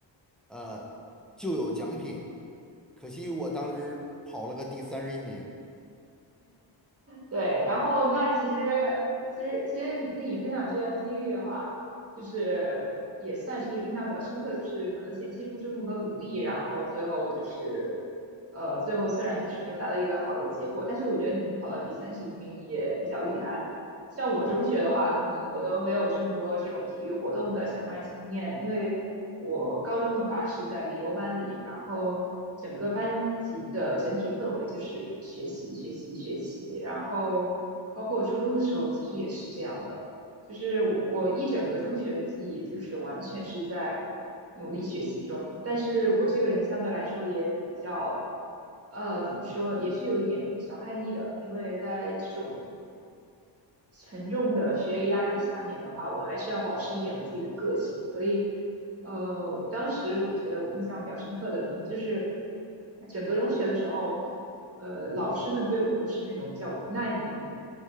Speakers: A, in the centre; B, on the right.
A: 呃，就有奖品。可惜我当时跑了个第三十一名。
B: 对，然后那其实其实其实你分享这段经历的话，就是也算是印象比较深刻，就是可能前期付出那么多努力，然后最后就是呃最后虽然就是没有达到一个好的结果，但是我觉得你们跑到第三十一名也比较厉害。了。像我中学的话，可能我都没有这么多这种体育活动的相关经验，因为我高中的话是在理优班里，然后整个班级的整体氛围就是学习、学习、学习，然后包括初中的时候，其实也是这样的，就是我我一整个中学的记忆就是完全是在努力学习中，但是我这个人相对来说也比较。呃，怎么说，也是有一点小叛逆的，因为在这种沉重的学业压力下面的话，我还是要保持一点我自己的个性。所以，呃，当时我觉得我印象比较深刻的，可能就是整个中学的时候，呃，老师们对我都是那种比较无奈的那种、